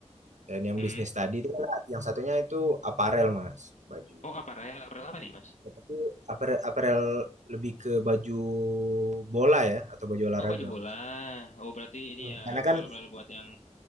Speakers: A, on the right (about 80°); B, on the left (about 80°).
A: dan yang
B: Mm
A: bisnis tadi itu kan yang satunya itu aparel mas baju.
B: Oh, apa Aparel apa nih, Mas?
A: Tapi apare- aparel, lebih ke baju bola ya atau baju olahraga
B: Oh, baju bola.
A: mas.
B: Oh, berarti ini
A: Hmm.
B: ya
A: Karena
B: aparel-aparel
A: kan
B: buat yang